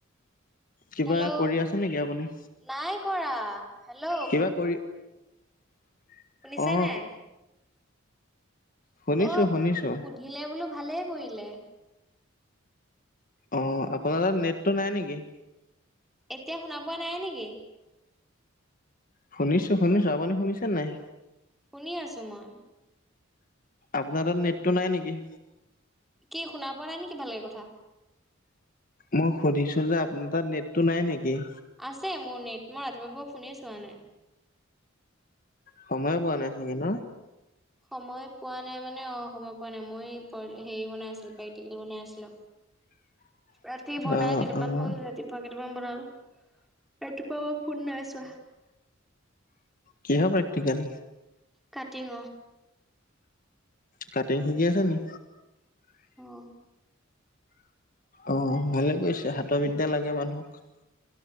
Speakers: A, on the left (about 45°); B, in the centre.
A: কিবা
B: হেল্ল'
A: কৰি আছে নেকি আপুনি
B: নাই কৰা হেল্ল'
A: কিবা কৰি <inaudible>
B: শুনিছে
A: অ
B: নাই
A: শুনিছো
B: অ
A: শুনিছো
B: সুধিলে বোলো ভালেই কৰিলে
A: অ আপোনাৰ তাত নেটটো নাই নেকি
B: এতিয়া শুনা পোৱা নাই নেকি
A: শুনিছো শুনিছো আপুনি শুনিছে নাই
B: শুনি আছো মই
A: আপোনাৰ তাত নেটটো নাই নেকি
B: কি শুনা পোৱা নাই নেকি ভালকে কথা
A: মই সুধিছোঁ যে আপোনাৰ তাত নেটটো নাই নেকি
B: আছে মোৰ নেট মই ৰাতিপুৱা ফোনে চোৱা নাই
A: সময় পোৱা নাই চাগে ন
B: সময় পোৱা নাই মানে অ সময় পোৱা নাই মই সেইৰি বনাই আছিলো পাইটিকেল বনাই আছিলো ৰাতি বনাই
A: অ',
B: কেইটামান
A: অ',
B: হ'ল ৰাতিপুৱা কেইটামান বনালো ৰাতিপুৱা ফোন নাইছোৱা
A: কি হয় প্ৰেক্টিকেল
B: কাটিঙ
A: কাটিং শিকি আছে নি
B: অহ
A: অ ভালে গৈছে হাতৰবিদ্যা লাগে মানুহক